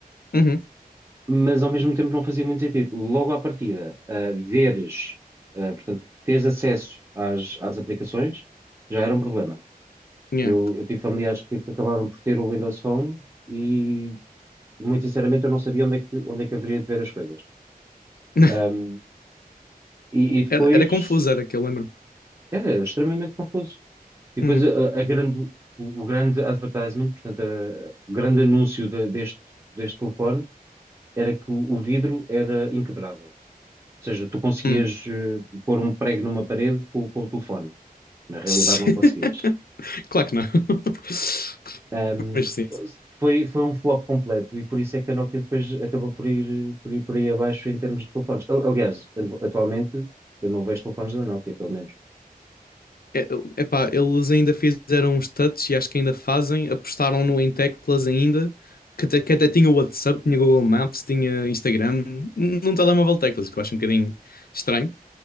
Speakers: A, on the left; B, on the right.
A: Uhum,
B: mas ao mesmo tempo não fazia muito sentido. Logo à partida, ah, veres, ah, portanto, teres acesso às, às aplicações já era um problema.
A: yeah.
B: Eu, eu tive familiares que, que acabaram por ter o Windows Phone e, muito sinceramente, eu não sabia onde é que, onde é que haveria de ver as coisas.
A: <laughs>
B: Um, e, e depois
A: Era, era confuso, era que eu lembro.
B: era extremamente confuso. E depois
A: Uhum,
B: a, a grande, o, o grande advertisement, portanto, a- o grande anúncio de- deste, deste telefone era que o, o vidro era inquebrável. Ou seja, tu conseguias
A: hum.
B: eh, pôr um prego numa parede com, com o telefone. Na realidade,
A: <laughs>
B: não conseguias.
A: Claro que não. <laughs>
B: Um,
A: Mas sim.
B: foi, foi um flop completo e por isso é que a Nokia depois acabou por ir por ir por aí abaixo em termos de telefones. Al- Aliás, atualmente eu não vejo telefones da Nokia, pelo menos.
A: É, epá, eles ainda fizeram uns touch e acho que ainda fazem, apostaram no em teclas ainda, que até, que até tinha o WhatsApp, tinha Google Maps, tinha Instagram, num telemóvel teclas, o que eu acho um bocadinho estranho.